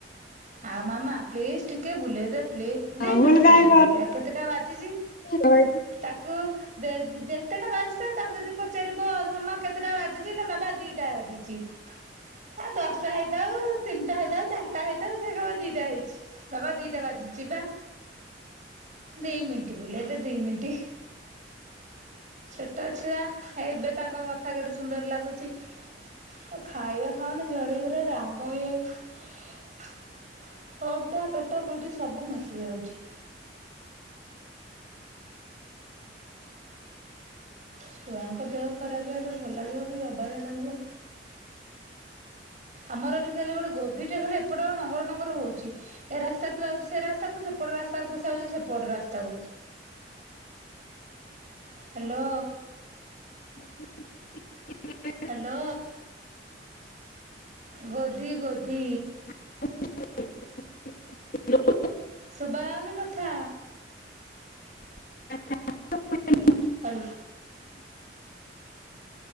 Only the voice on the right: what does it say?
ଆଉ ମାମା ପ୍ଲିଜ୍ ଟିକେ ବୁଲେଇ ଦେ ପ୍ଲିଜ୍ ଦି
ମିନିଟ୍
ବୁଲେଇ ଦେ କେତେଟା ବାଜିଛି
ତାକୁ ଯେ ଯେ ଯେତେଟା ବାଜିଥାଉ ତାକୁ ଯଦି ପଚାରିବ ଧନ କେତେଟା ବାଜିଛି ନା ବାବା ଦିଟା ବାଜିଛି। ହେ ଦଶଟା ହେଇଥାଉ ତିନିଟା ହେଇଥାଉ ଚାରିଟା ହେଇଥାଉ ସେ କହିବ ଦିଟା ହେଇଛି। ବାବା ଦି ଟା ବାଜିଛି ବା ଦି ମିନିଟ୍ ବୁଲେଇ ଦେ ଦି ମିନିଟ୍। ଛୋଟ ଛୁଆ ଏବେ ତାଙ୍କ କଥା କେଡେ ସୁନ୍ଦର ଲାଗୁଛି। ସେ ଖାଇବା ଖାଉନି ଝଡିକି ପୁରା ଡାଙ୍ଗ ହେଇଯାଇଛି। ଅଣ୍ଟା ପେଟ ପିଠି ସବୁ ମିଶି ଯାଉଛି। ଛୁଆଙ୍କ ଦେହ ଖରାପ ହେଲେ ଭଲ ଲାଗିବ କି ଅବାଗିଆ ଲାଗିବ। ଆମର ଏଠି ଖାଲି ଗୋଟେ ଗୋଧିଟେ ଖାଲି ଏପଟେ ନଙ୍ଗର ନଙ୍ଗର ହଉଛି ଏ ରାସ୍ତାଠୁ ଯାଉଛି ସେ ରାସ୍ତାକୁ ସେପଟ ରାସ୍ତାରୁ ପଶି ଯାଉଛି ସେପଟ ରାସ୍ତାକୁ। ହାଲୋ।
ହାଲୋ ଗୋଧି ଗୋଧି।
ଶୁଭାଯାଉନି କଥା।
ହାଲ୍